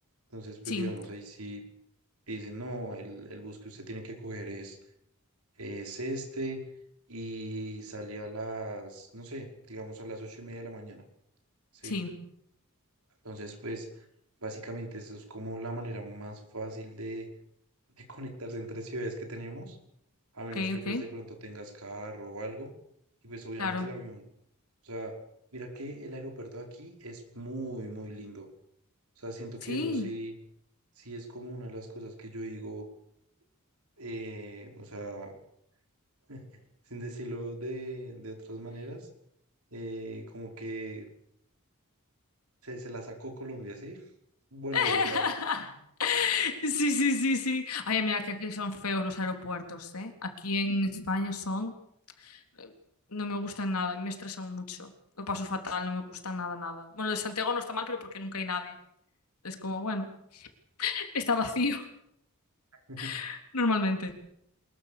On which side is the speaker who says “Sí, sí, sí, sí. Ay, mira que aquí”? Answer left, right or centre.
Left